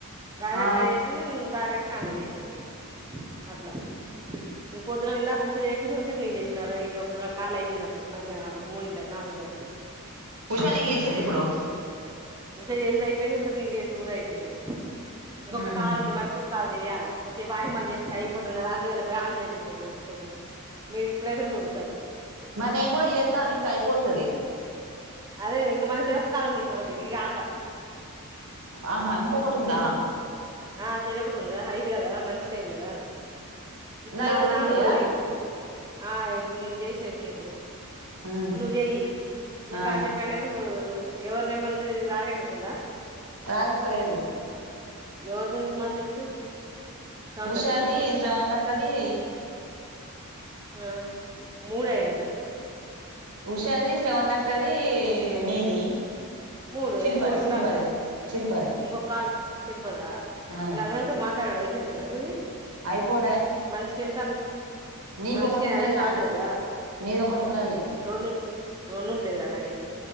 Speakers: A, on the right; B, on the right.
A: రాజకక్క
B: ఆ
A: ఏ స్టాలిన్ రాజకక్క నాకు చేసింది అట్లా ఇగ పొద్దున ఇందాక ఉష చేస్ తినువను నేను చేసినా ఇది ఒక కాలి అయిపోయిన ఇప్పుడు మధ్యాహ్నం అప్పుడు మూడు నాలుగింటప్పుడు
B: ఉషా నీకు చేసిందా ఇప్పుడు
A: ఉష చేసేది అయిపోయింది ఉషకి నేను చేసుడు కూడా అయిపోయింది ఇంకొక
B: ఉహు
A: కాలు ఉంది మనిషికి కాలు చేయాలి కొద్దిసేపు ఆగి మళ్ళీ చెత్త అయిపోతది ఇయాలా బ్యాలెన్స్ అయిపోతాయి రేపు పొద్దున్న మీరు ఇప్పుడైతేనే దొరుకుతారు
B: మరి నేను కూడా చెత్తా నీకయిపోతది
A: అదే ఇంగ మన చెరో కాల్ ఉంది ఇంకొకటి ఇది కాక
B: ఆహా ఇంకొకటి ఉందా
A: ఇప్పుడు ఆ చెరోకటి ఉందిరా అయి ఇది కదా మనిష్కి ఐదు కదా ఇప్పుడు
B: నాయి
A: నాది
B: రెండు
A: నాలుగోది
B: ఉంటాయా
A: నీకు ఆ ఇప్పుడు నేను చేసిన ఇప్పుడు నీకు
B: ఉమ్
A: నువ్వు చెయ్యి నే
B: ఆ
A: కాసేపయినాక నువ్ ఉ ఎవరి నెంబర్ ఉంది నీ దగ్గర రాదెక్కదుందా
B: రాదెక్క తో లేదు
A: ఎవర్ దుంది మరి నెక్స్ట్ స్రవంతక్కదా
B: ఉషాది స్రవంతక్కది
A: ఆ మూడయినాయిగా
B: ఉషాది స్రవంతక్ ఇంక నీది
A: మూడు
B: శిల్ప
A: ఇంకొకటి
B: శిల్పది
A: ఉండాలిగా
B: శిల్పది
A: ఇంకొక కాలు శిల్పద
B: ఆ
A: వీళ్ళందరితో మాట్లాడుడు పూర్తయింది మరి నీది
B: అయిపోలే
A: మనిషికి ఎన్ని కాల్
B: నీకు
A: మనిషికి
B: ఒకటి ఉన్నది
A: ఐదు కాల్లు
B: నాకు
A: కదా
B: నీది ఒకటి ఉన్నది
A: ఇప్పుడు రెండు రెండుంటాయ్ కదా నాయి